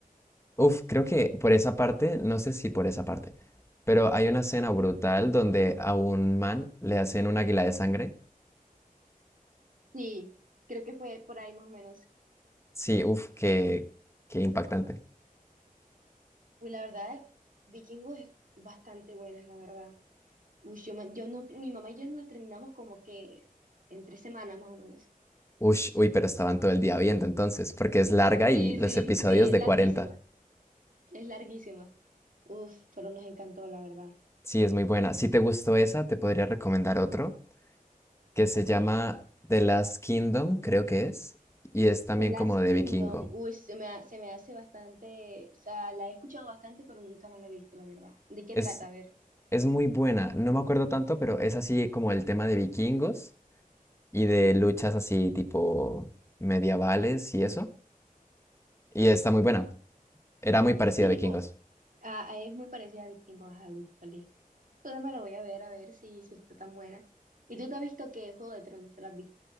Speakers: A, on the left; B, on the right.
A: Uf, creo que por esa parte, no sé si por esa parte, pero hay una escena brutal donde a un man le hacen un águila de sangre.
B: Sí, creo que fue por ahí más o menos.
A: Sí, uf, qué, qué impactante.
B: Uy, la verdad, Vikingos es bastante buenas, la verdad. Uy, yo, me- yo no, mi mamá y yo no la terminamos como que en tres semanas más o menos.
A: Ush, uy, pero estaban todo el día viendo entonces, porque es larga
B: Sí,
A: y los
B: sí,
A: episodios
B: sí, es
A: de
B: larguísima,
A: 40.
B: es larguísima. Uf, pero nos encantó, la verdad.
A: Sí, es muy buena. Si te gustó esa, te podría recomendar otro que se llama The Last Kingdom, creo que es, y es también
B: The Last
A: como de
B: Kingdom,
A: vikingo.
B: uy, se me, ha- se me hace bastante, o sea, la he escuchado bastante, pero nunca me la he visto, la verdad. ¿De qué
A: Es,
B: trata? A ver.
A: es muy buena, no me acuerdo tanto, pero es así como el tema de vikingos y de luchas así tipo medievales y eso. Y está muy buena. Era muy parecida
B: Sí,
A: a
B: tipo,
A: vikingos.
B: ah, ah, es muy parecida a Vikingos, ajá, listo, listo. Entonces me la voy a ver, a ver si, si está tan buena. ¿Y tú te has visto qué Juego de Tronos? ¿Te la has visto?